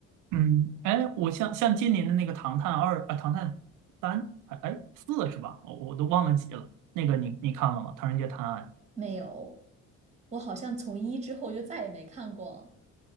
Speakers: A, on the right; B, on the right.
A: 嗯，哎，我像像今年的那个《唐探二》啊，《唐探三》哎哎四是吧？我我都忘了几了。那个你你看了吗？《唐人街探案》
B: 没有，我好像从一之后就再也没看过了。